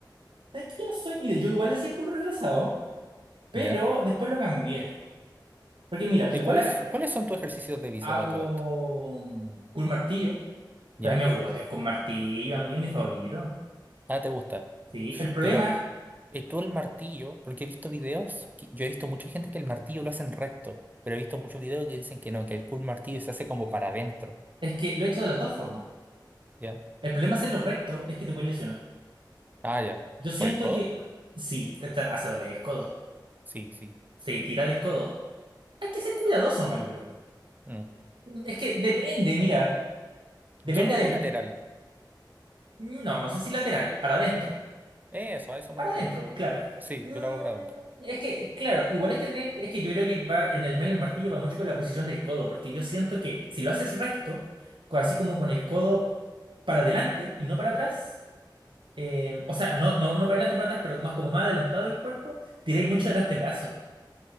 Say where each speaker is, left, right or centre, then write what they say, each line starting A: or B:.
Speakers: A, on the right; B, on the right.
A: ¿Sabes que yo no soy? Mire, yo igual hacía cool retrasado, pero
B: ¿ya?
A: después lo cambié. Porque mira, yo
B: ¿Y
A: igual
B: cuáles, cuáles son tus ejercicios de visa
A: hago
B: para todo esto?
A: un martillo.
B: ¿Ya?
A: Pero a mí me gusta el con martillo, a mí es mi favorito.
B: Ah, te gusta.
A: Sí, el problema
B: Pero eh, tú el martillo, porque he visto videos, que- yo he visto mucha gente que el martillo lo hacen recto, pero he visto muchos videos que dicen que no, que el cool martillo se hace como para adentro,
A: es que lo he hecho de las dos formas.
B: ¿ya?
A: El problema es hacerlo recto, es que te puedes lesionar.
B: Ah, ya.
A: Yo siento
B: ¿Por el codo?
A: que sí, te, te hace doler el codo.
B: Sí, sí.
A: Sí, tira del codo. Hay que ser cuidadoso nomás, yo creo.
B: Mm.
A: Es que depende, mira, depende
B: Yo lo
A: del...
B: hago lateral,
A: No, no sé si lateral, para adentro.
B: eso, a eso me
A: Para
B: refiero.
A: adentro, pues claro.
B: Sí,
A: Mm,
B: yo lo hago para adentro.
A: es que, claro, igual hay que tener, es que yo creo que va en el mero martillo va mucho con la posición del codo, porque yo siento que si lo haces recto, co- así como con el codo para adelante y no para atrás, eh, o sea, no, no, no para adelante para atrás, pero más como más adelantado el cuerpo, tiráis mucho del antebrazo.